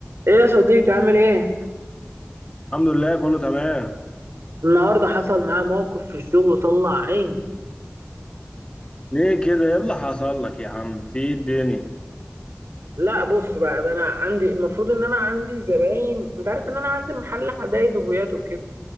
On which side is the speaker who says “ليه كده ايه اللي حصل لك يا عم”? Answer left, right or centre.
Left